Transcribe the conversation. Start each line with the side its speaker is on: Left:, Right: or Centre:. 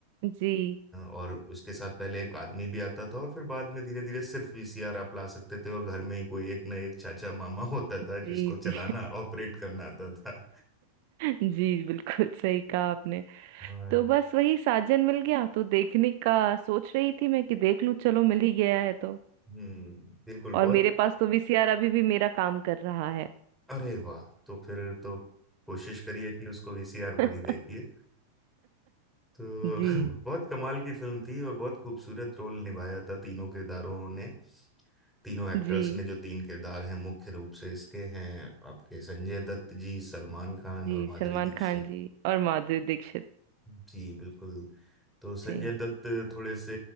Right: जी
Centre: और उसके साथ पहले एक आदमी भी आता था और फिर बाद में धीरे धीरे सिर्फ वीसीआर आप ला सकते थे और घर में ही कोई एक ना एक चाचा मामा <laughs> होता
Right: जी
Centre: था जिसको
Right: जी
Centre: चलाना ऑपरेट करना आता था
Right: <laughs> जी बिल्कुल सही कहा आपने
Centre: और
Right: तो बस वही साजन मिल गया तो देखने का सोच रही थी मैं कि देख लूं चलो मिल ही गया है तो
Centre: हम्म बिल्कुल
Right: और
Centre: बहुत
Right: मेरे पास तो वीसीआर अभी भी मेरा काम कर रहा है
Centre: अरे वाह तो फिर तो कोशिश करिए कि उसको वीसीआर
Right: <laughs>
Centre: पर ही देखिए तो
Right: जी
Centre: <laughs> बहुत कमाल की फिल्म थी और बहुत खूबसूरत रोल निभाया था तीनों किरदारों ने तीनों एक्टर्स
Right: जी
Centre: ने जो तीन किरदार हैं मुख्य रूप से इसके हैं आपके संजय दत्त जी सलमान खान
Right: जी
Centre: और माधुरी
Right: सलमान
Centre: दीक्षित
Right: खान जी और माधुरी दीक्षित
Centre: जी बिल्कुल तो संजय
Right: जी
Centre: दत्त थोड़े से